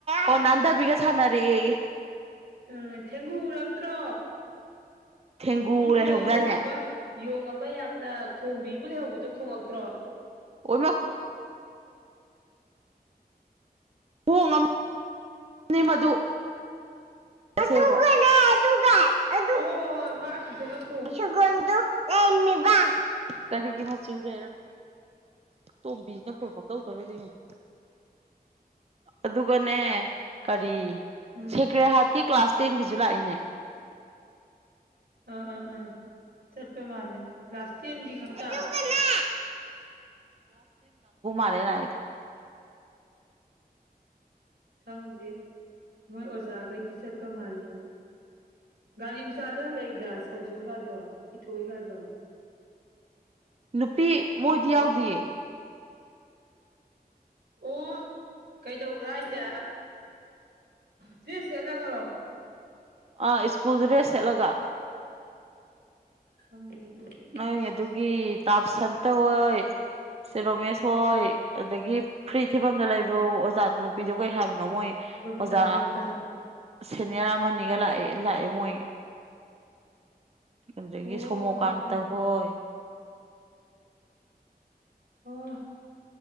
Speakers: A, on the right (about 40°); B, on the right (about 80°).
A: ꯑꯣ ꯅꯥꯗꯕꯤꯒ ꯁꯅꯔꯛꯑꯦ꯫
B: ꯎꯝ ꯊꯦꯡꯒꯨ ꯎꯔꯛꯇ꯭ꯔꯣ
A: ꯊꯦꯡꯒꯨ
B: ꯖꯨꯗ
A: ꯂꯩꯍꯧꯗꯥꯏꯅꯦ
B: ꯌꯣꯡ ꯑꯃꯥ ꯌꯣꯡ ꯑꯃ ꯌꯥꯝꯅ ꯈꯣꯡꯕꯤ ꯑꯃ ꯂꯩꯍꯧꯕꯗꯣ ꯈꯣꯡꯉꯛꯇ꯭ꯔꯣ꯫
A: ꯑꯣꯏ ꯃꯥ꯫ ꯈꯨꯈꯣꯡ ꯑꯃꯅꯦ ꯃꯗꯨ꯫ ꯑꯗꯨꯒꯅꯦ ꯑꯗꯨꯒꯥ ꯑꯥ
B: ꯑꯣ <unintelligible>
A: ꯁꯥꯒꯣꯜꯗꯨ ꯂꯩꯔꯝꯃꯤꯕ ꯀꯔꯤꯒꯤ ꯃꯆꯨ ꯂꯩꯔꯝꯃꯤ꯫ ꯇꯣꯝꯕꯤ ꯁꯤꯅꯥ ꯐꯣꯟ ꯄꯨꯡꯇꯧ ꯇꯧꯔꯩꯁꯤ ꯀꯩꯅꯣ꯫ ꯑꯗꯨꯒꯅꯦ ꯀꯔꯤ
B: ꯎꯝ
A: ꯁꯦꯀ꯭ꯔꯦꯍꯠꯀꯤ ꯀ꯭ꯂꯥꯁ ꯇꯦꯟꯒꯤꯁꯨ ꯂꯥꯛꯏꯅꯦ꯫
B: ꯑ ꯑꯥ ꯑꯥ ꯆꯠꯄꯥ ꯃꯥꯜꯂꯦ꯫ ꯀ꯭ꯂꯥꯁ ꯇꯦꯟꯒꯤ ꯈꯛꯇ
A: ꯑꯗꯨꯒꯅꯦ
B: <inaudible>
A: ꯍꯔꯦ ꯔꯥꯏꯗꯨ꯫
B: ꯈꯪꯗꯦ ꯃꯣꯏ ꯑꯣꯖꯥꯈꯩꯗꯤ ꯆꯠꯄ ꯃꯥꯜꯂꯤ꯫꯫ ꯒꯥꯔꯤ ꯃꯆꯥꯗ ꯍꯜꯂꯥꯛꯏꯗ ꯁꯔꯖꯨꯒꯥꯗꯣ ꯏꯊꯣꯏꯒꯗꯣ꯫
A: ꯅꯨꯄꯤ ꯃꯣꯏꯗꯤ
B: ꯑꯩ ꯉꯁꯥꯏ
A: ꯌꯥꯎꯗꯤꯌꯦ꯫
B: ꯑꯣ ꯀꯩꯗꯧꯕ꯭ꯔꯥ ꯍꯥꯏꯁꯦ ꯗ꯭ꯔꯦꯁ ꯁꯦꯠꯂꯒꯔꯣ꯫
A: ꯑꯥ ꯁꯀꯨꯜ ꯗꯔꯦꯁ ꯁꯦꯠꯂꯒ꯫
B: ꯍꯪꯗꯦ ꯑꯗꯨꯗꯤ꯫
A: ꯅꯣꯏ ꯑꯗꯨꯒꯤ ꯇꯥꯕꯁꯟꯇ ꯍꯣꯏ꯫ ꯁꯔ ꯔꯣꯃꯦꯁ ꯍꯣꯏ ꯑꯗꯒꯤ ꯐ꯭ꯔꯤ ꯊꯤꯕꯝꯗ ꯂꯩꯕ ꯑꯣꯖꯥꯗꯨ ꯅꯨ ꯄꯤꯗꯝꯗꯣ ꯀꯩ ꯍꯥꯏꯕꯅꯣ ꯃꯣꯏ
B: ꯕꯕꯤꯇꯥ
A: ꯑꯣꯖꯥ
B: ꯕꯕꯤꯇꯥ
A: ꯁꯦꯅꯤꯌꯔ ꯑꯃꯅꯤꯒ ꯂꯥꯛꯑꯦ ꯂꯥꯛꯑꯦ ꯃꯣꯏ꯫ ꯑꯗꯨꯗꯒꯤ
B: ꯑꯣ
A: ꯁꯣꯃꯣꯀꯥꯟꯇ
B: ꯑꯗꯨꯗꯤ ꯆꯠꯂꯝꯃꯅꯤ
A: ꯍꯣꯏ꯫
B: ꯑꯣ